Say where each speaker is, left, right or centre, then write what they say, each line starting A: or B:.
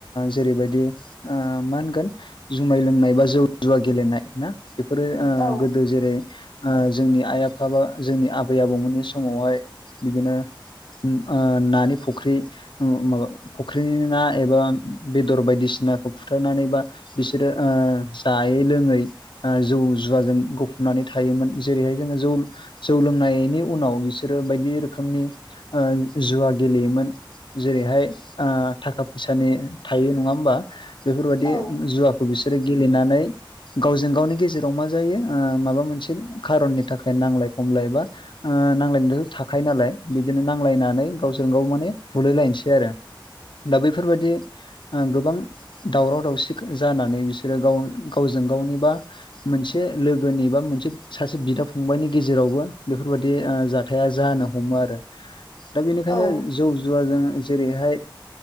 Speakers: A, on the left; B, on the left.
A: जेरैबायदि मा होनगोन जुमाय लोंनाय बा जौ जुवा गेलेनाय ना बेफोरो
B: औ
A: गोदो जेरै जोंनि आइ आफाबा जोंनि आबै आबौमोननि समावहाय बिदिनो नानि फुख्रि माबा फुख्रिनि ना एबा बेदर बायदिसिनाखौ फुथारनानै बा बिसोरो जायै लोङै जौ जुवाजों गुफबनानै थायोमोन जेरैहाय जोङो जौ जौ लोंनायनि उनाव बिसोर बिसोरो बायदि रोखोमनि जुवा गेलेयोमोन। जेरैहाय थाखा फैसानि थायो नङा होमबा? बेफोरबायदि
B: औ
A: जुवा खौ बिसोरो गेलेनानै गावजों गावनि गेजेराव मा जायो माबा मोनसे खारननि थाखाय नांलाय खमलाय एा नांनाय थाखायो नालाय बिदिनो नांलायनानै गावजों गाव माने बुलायलायनोसै आरो दा बैफोरबायाददि गोबां दावराव दावसि जानानै बिसोरो गाव गावजों गावनिबा मोनसे लोगोनि बा मोनसे सासे बिदा फंबाइनि गेजेरावबो बेफोरबायदि जादों। हथाया जानो हमो आरो दा बेनिखायनो
B: औ
A: जौ जुवाजों जेरैहाय